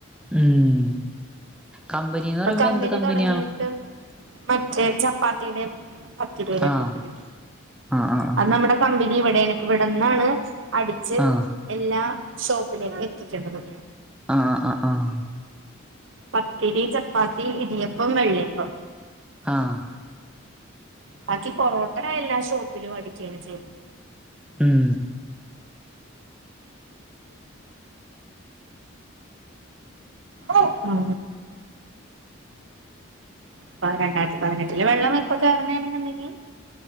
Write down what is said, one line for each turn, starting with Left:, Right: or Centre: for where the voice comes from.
Centre: ഉം കമ്പനിന്ന്
Right: അപ്പൊ
Centre: പറയുമ്പോ
Right: കമ്പനി
Centre: എന്ത് കമ്പനിയാ?
Right: തുടങ്ങിയിട്ട് മറ്റേ ചപ്പാത്തിടെ പത്തിരിടെ
Centre: ആഹ്
Right: കമ്പനി
Centre: ആഹ് ആഹ്
Right: അത് നമ്മുടെ കമ്പനി ഇവടെണ് ഇവടെന്നാണ് അടിച്ച്
Centre: ആഹ്
Right: എല്ലാ ഷോപ്പിലേക്കും എത്തിച്ച്ട്ണ്
Centre: ആഹ് ആഹ് ആഹ്
Right: പത്തിരി, ചപ്പാത്തി, ഇടിയപ്പം, വെള്ളിയപ്പം
Centre: ആഹ്
Right: ബാക്കി പൊറോട്ട എല്ലാ ഷോപ്പിലും അടിക്കാണ് ചെയ്യുന്നെ.
Centre: ഉം
Right: ആന അപ്പ രണ്ടായിരത്തി പതിനെട്ടില് വെള്ളം ഇപ്പ കയറനാണെന്നുണ്ടെങ്കി